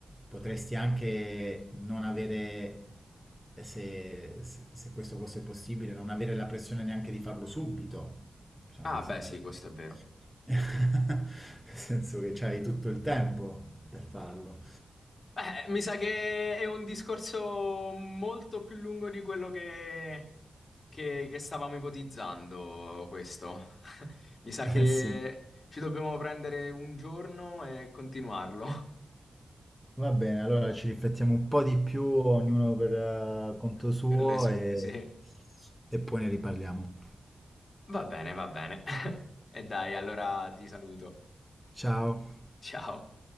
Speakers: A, in the centre; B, on the left (about 35°).
A: potresti anche non avere, se, se- se questo fosse possibile, non avere la pressione neanche di farlo subito, diciamo,
B: Ah,
A: nel
B: beh,
A: senso
B: sì, questo
A: che,
B: è vero.
A: <laughs> nel senso che c'hai tutto il tempo per farlo.
B: Beh, mi sa che è un discorso molto più lungo di quello che, che- che stavamo ipotizzando, questo. <laughs> Mi sa che
A: Eh sì.
B: ci dobbiamo prendere un giorno e continuarlo
A: Va bene, allora ci riflettiamo un po' di più, ognuno per eh, conto
B: <laughs>
A: suo
B: per le sue,
A: e
B: sì.
A: e poi ne riparliamo.
B: Va bene, va bene. <laughs> E dai, allora ti saluto.
A: Ciao.
B: Ciao.